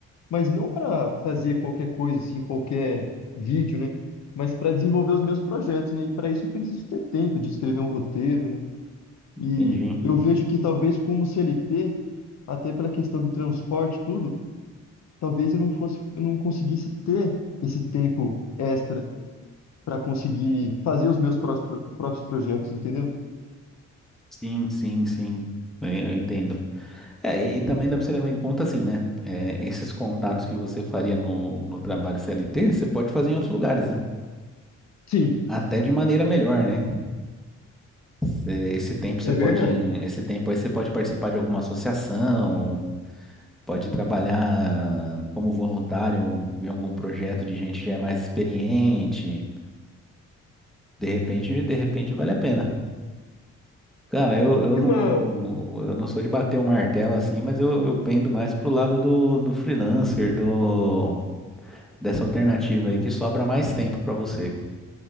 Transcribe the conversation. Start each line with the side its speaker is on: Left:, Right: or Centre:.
Left: mas não para fazer qualquer coisa assim, qualquer vídeo, né, mas para desenvolver os meus projetos, né? E para isso eu preciso ter tempo de escrever um roteiro, né?
Centre: entendi.
Left: E eu vejo que talvez como CLT, até pela questão do transporte, e tudo, talvez eu não fosse, eu não conseguisse ter esse tempo extra para conseguir fazer os meus prós- próprios projetos, entendeu?
Centre: Sim, sim, sim. Eu eu entendo. É, e, e também dá para você levar em conta assim, né? É, esses contatos que você faria no, no trabalho CLT, você pode fazer em outros lugares, né?
Left: Sim,
Centre: Até de maneira melhor, né? Cê- esse tempo você
Left: é
Centre: pode,
Left: verdade.
Centre: esse tempo aí você pode participar de alguma associação, pode trabalhar como voluntário em algum projeto de gente que já é mais experiente. De repente, de repente vale a pena. Cara, eu, eu
Left: E
Centre: não,
Left: uma,
Centre: eu não sou de bater o martelo assim, mas eu, eu pendo mais pro lado do, do freelancer, do dessa alternativa aí que sobra mais tempo pra você.